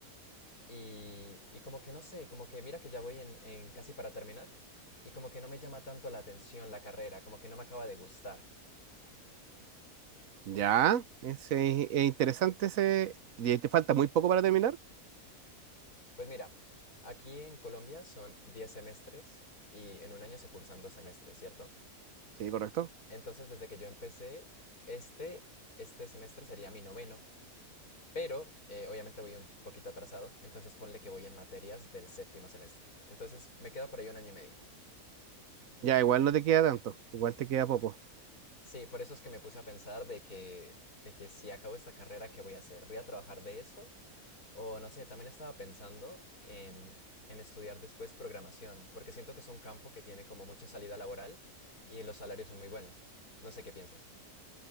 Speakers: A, on the left; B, on the right.
A: y, y como que no sé, como que mira que ya voy en, en casi para terminar y como que no me llama tanto la atención la carrera, como que no me acaba de gustar.
B: Ya, es, eh, es interesante ese... ¿Y te falta muy poco para terminar?
A: Pues mira, aquí en Colombia son 10 semestres y en un año se cursan dos semestres, ¿cierto?
B: Sí, correcto.
A: Entonces, desde que yo empecé, este, este semestre sería mi noveno. Pero eh, obviamente voy un poquito atrasado, entonces ponle que voy en materias del séptimo semestre. Entonces me queda por ahí un año y medio.
B: Ya, igual no te queda tanto, igual te queda poco.
A: Sí, por eso es que me puse a pensar de que, de que si acabo esta carrera, ¿qué voy a hacer? ¿Voy a trabajar de eso? O no sé, también estaba pensando en, en estudiar después programación, porque siento que es un campo que tiene como mucha salida laboral y los salarios son muy buenos. No sé qué pienses.